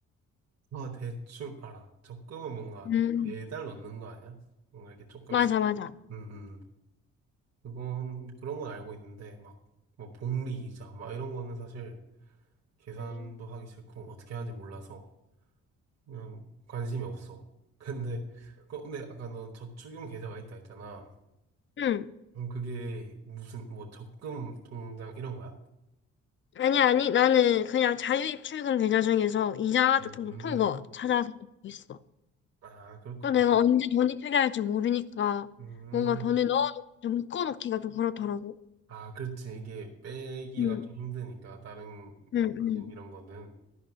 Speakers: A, on the right; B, on the left.
A: 어, 대충 알아. 적금은 뭔가
B: 음,
A: 매달 넣는 거 아니야? 뭔가 이렇게 조금씩.
B: 맞아, 맞아.
A: 음, 음. 그건, 그런 건 알고 있는데, 막, 뭐, 복리 이자, 막 이런 거는 사실 계산도
B: 음,
A: 하기 싫고 어떻게 하는지 몰라서 그냥 관심이 없어. <laughs> 근데 그- 근데 아까 넌 저축용 계좌가 있다 했잖아.
B: 응.
A: 그럼 그게 무슨 뭐 적금 통장 이런 거야?
B: 아니, 아니, 나는 그냥 자유입출금 계좌 중에서 이자가
A: 음,
B: 조금 높은 거 찾아서 넣고 있어.
A: 아, 그렇구나.
B: 또 내가 언제 돈이 필요할지 모르니까
A: 음,
B: 뭔가 돈을 넣어놓고 좀 묶어놓기가 좀 그렇더라고.
A: 아, 그렇지. 이게 빼기가
B: 응,
A: 좀 힘드니까, 다른
B: 응, 응.
A: 이름 이런 거는.